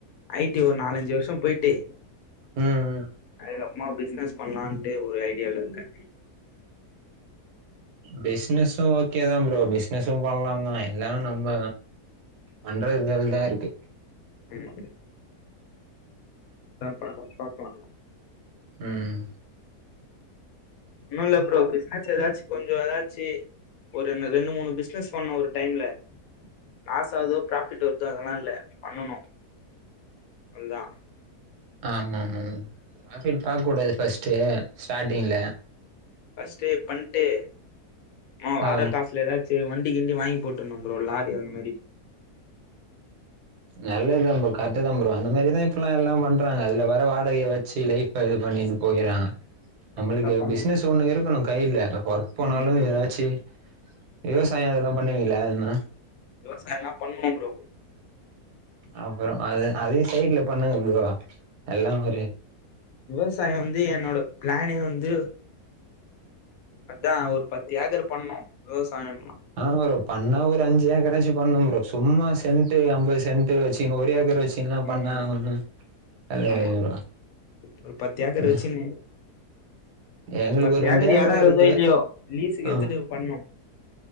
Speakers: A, on the left; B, on the right.
A: ஐ டி ஒர் நாலஞ்சு வர்ஷோ போய்ட்டு
B: ம் ம்
A: அதுக்கப்றமா பிசினஸ் பண்லான்ட்டு ஒரு ஐடியாலருக்கே
B: பிசினஸ்சு ஓகே தா ப்ரோ பிசினஸ்சு பண்லா தா எல்லாமே நம்ப பண்ற இதுல தாருக்கு
A: ம் தா பாக் பாக்லா
B: ம்
A: ஒண்ணுல்ல ப்ரோ பிசினஸ் எதாச் கொஞ்சொ எதாச்சு ஒரு என்ன ரெண்டு மூணு பிசினஸ் பண்ணோ ஒரு டைம்ல லாஸ் ஆகுதோ ப்ராஃபிட் வருதோ அதெல்லா இல்ல பண்ணணு அவ்ள் தா
B: ஆமாமாம ப்ராஃபிட் பாக் கூடாது ஃபஸ்ட்டு ஸ்டார்ட்டிங்கில
A: ஃபஸ்டு பண்ட்டு ம்மா வார
B: ஆ
A: காசுல எதா ச்சு வண்டி கிண்டி வாய்ன் போட்ர்ணு ப்ரோ லாரி அந் மாரி
B: நல்லதுதா ப்ரோ கர்ட்டு தா ப்ரோ அந்த மாரிதா இப்பெல்லா எல்லா பண்றாங்க அதுல வர வாடகய வச்சு லைஃப் ப இது பண்ணிட்டு போயிறாங்க நம்ளுக்கு
A: அதா பண்ணு
B: பிசினஸ் ஒண்ணு இருக்கணு கைல ப்ப ஒர்க் போனாலு
A: ம் ஆமா
B: எதாச்சி விவசாயோ அதல்லா பண்ணுவீங்ளா என்னா
A: விவசாயலா பண்ணுவோ ப்ரோ
B: அப்றோஅது அதயு சைட்ல பண்ணுங்க ப்ரோ எல்லா ஒரு
A: விவசாயோ வந்து என்னோட ப்ளானே வந்து அதா ஒரு பத்து ஏக்கர் பண்ணு விவசாயம்
B: ஆ ப்ரோ பண்ணா ஒரு அஞ்சு ஏக்கராச்சு பண்ணு ப்ரோ சும்மா சென்ட்டு அம்பது சென்ட்டு வச்சுனு ஒரு ஏக்கர் வச் டின்லா பண்ணா
A: ம்
B: ஒண்ணு வேலக்கி
A: ஆமா
B: ஆகாது ப்ரோ
A: ஒரு பத்து ஏக்கர்
B: ம்
A: வச்சுனு
B: எங்களுக்கு
A: பத்து
B: ஒரு ரெண்டு
A: ஏக்கரு
B: ஏக்கர்
A: எடோ இருக்குதோ
B: இருக்கு
A: இல்லியோ லீஸுக்கு
B: ஆ
A: எட்த்துட்டு பண்ணு